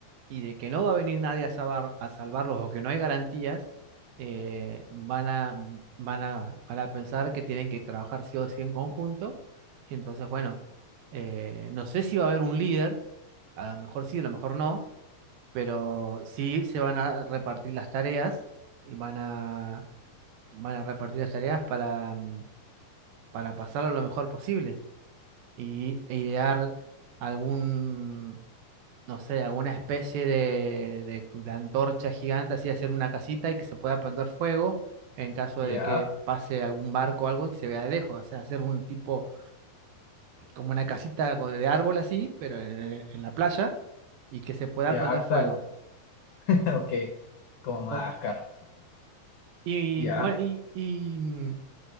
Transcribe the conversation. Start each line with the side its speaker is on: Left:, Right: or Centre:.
Right: y de que no va a venir nadie a salvar, a salvarlos o que no hay garantías, eh, van a, van a, van a pensar que tienen que trabajar sí o sí en conjunto. Entonces, bueno, eh, no sé si va a haber un líder, a lo mejor sí, a lo mejor no, pero sí se van a repartir las tareas y van a, van a repartir las tareas para, mm, para pasarlo lo mejor posible y e idear algún, no sé, alguna especie de, de, de antorcha gigante, así hacer una casita y que se pueda prender fuego en caso de
Left: Ya,
Right: que pase algún barco o algo y se vea de lejos, o sea, hacer un tipo, como una casita con- de árbol así, pero en, en la playa y que se pueda
Left: ya,
Right: prender fuego.
Left: claro. <laughs> Ok, como Madagascar.
Right: O- y,
Left: Ya.
Right: bueno, y, y, mm,